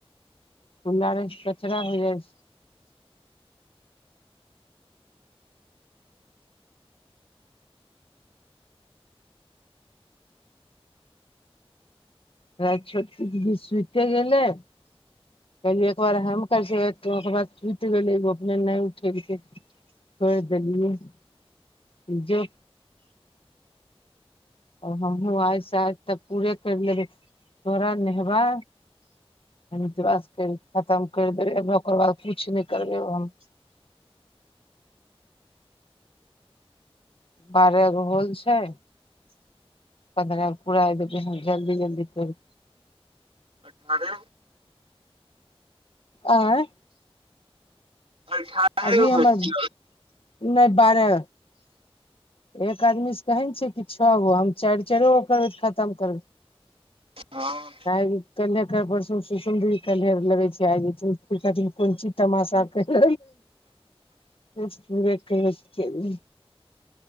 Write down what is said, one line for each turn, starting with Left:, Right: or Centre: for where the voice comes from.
Left: खुला रायस कचरा होइ जाइ छै रैत छोटी दीदी सुते गेलै कहलिय एकबार हम करै छै ओकर बाद छूटि गेलै अपने नहि उठेलकै। छोइर देलिये जे। हमहुूँ आइस आज तक पूरे करि लेबै तोरा नेहबा। <inaudible> खतम करि देबै ओकर बाद किछ नहि करबै हम। बारह गो होल छै। पंद्रगो पूरा देवे हँ जलदी जलदी तो।
Right: अरे।
Left: आय।
Right: अठारह
Left: अभी हमर
Right: होत
Left: नहि पारे। एक आदमी से कहैन छै कि छओ गो हम चारि चार गो करबै तऽ खतम करब।
Right: हँ।
Left: आइ कलहे पर सु सुन्दरी कल्हर लगै छै आइ खातिर कोन चीज? तमाशा के <inaudible> <inaudible>